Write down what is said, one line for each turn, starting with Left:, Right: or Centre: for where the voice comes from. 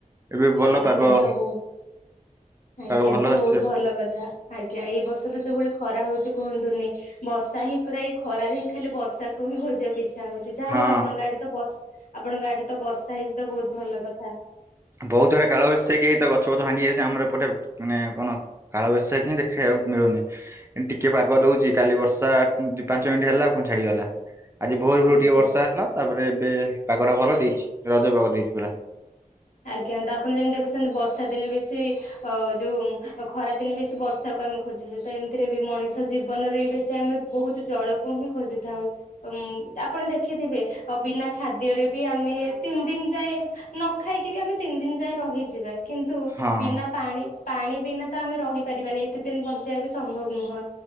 Right: ଏବେ ଭଲ
Left: ଆଜ୍ଞା
Right: ପାଗ
Left: ତ ବହୁତ ଆଜ୍ଞା
Right: ପାଗ ଭଲ
Left: ତ ବହୁତ
Right: ଅଛି ଏବେ।
Left: ଭଲ କଥା ଆଜ୍ଞା ଏଇ ବର୍ଷ ଯୋଉଭଳି ଖରା ହଉଛି କୁହନ୍ତୁନି ବର୍ଷା ହିଁ ପୁରା ଏଇ ଖରାରେ ହିଁ ଖାଲି ବର୍ଷାକୁ ହିଁ ଖୋଜିବାକୁ ଇ ଇଛା ହଉଛି ଯାହା
Right: ହଁ
Left: ହଉ ଆପଣଙ୍କ ଆଡେ ତ ବ ଆପଣଙ୍କ ଆଡେ ତ ବର୍ଷା ହେଇଛି ତ ବହୁତ ଭଲ କଥା।
Right: ବହୁତ ଜୋରେ କାଳ ବୈଶାଖୀ ହେଇଚିତ ଗଛପଛ ଭାଙ୍ଗି ଯାଉଛି ଆମର ପଟେ ମାନେ କଣ କାଳବୈଶାଖୀ ଦେଖିବାକୁ ମିଳୁନି। ଟିକେ ପାଗ ଦଉଛି କାଲି ବର୍ଷା ପାଞ୍ଚ ମିନିଟ୍ ହେଲା ପୁଣି ଛାଡିଗଲା। ଆଜି ଭୋରୁ ଭୋରୁ
Left: ଆଜ୍ଞା
Right: ଟିକେ ବର୍ଷା ହେଲା ତାପରେ ଏବେ ପାଗ ଟା ଭଲ ଦେଇଛି ରଜ ପାଗ ଦେଇଛି ପୁରା।
Left: ଆଜ୍ଞା ତ ଆପଣ ଯେମିତି ଦେଖୁଛନ୍ତି ବର୍ଷା ଦିନେ ବେଶୀ ଅ ଯୋଉ ଖରାଦିନେ ବେଶୀ ବର୍ଷାକୁ ଆମେ ଖୋଜୁଛେ ତ ଏମିତିରେ ବି ମଣିଷ ଜୀବନରେ ବି ବେଶୀ ଆମେ ବହୁତ ଜଳକୁ ହିଁ ଖୋଜିଥାଉ। ଆପଣ ଦେଖିଥିବେ ବିନା ଖାଦ୍ୟରେ ବି ଆମେ ତିନି ଦିନ ଯାଏ ନ ଖାଇକି ବି ଆମେ ତିନି ଦିନ ଯାଏ ରହିଯିବା କିନ୍ତୁ
Right: ହଁ
Left: ବିନା ପାଣି ପାଣି ବିନା ତ ଆମେ ରହି ପାରିବାନି ଏତେ ଦିନ ବଞ୍ଚିବା ବି ସମ୍ଭବ ନୁହଁ।